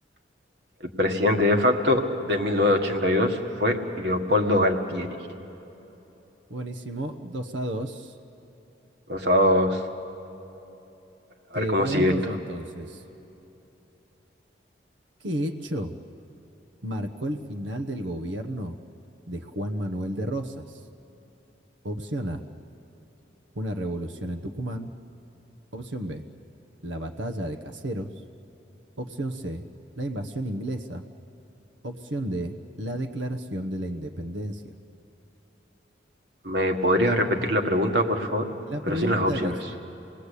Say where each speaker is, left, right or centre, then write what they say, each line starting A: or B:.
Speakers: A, on the right; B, on the right.
A: El presidente de facto de 1982 fue Leopoldo Galtieri.
B: Buenísimo, dos a 2.
A: Dos a dos. A
B: Te
A: ver cómo
B: pregunto
A: sigue esto.
B: yo entonces, ¿qué hecho marcó el final del gobierno de Juan Manuel de Rosas? Opción A, una revolución en Tucumán. Opción B, la batalla de Caseros. Opción C, la invasión inglesa. Opción D, la declaración de la independencia.
A: ¿Me podrías repetir la pregunta, por favor?
B: La
A: Pero
B: pregunta
A: sin las opciones.
B: dice,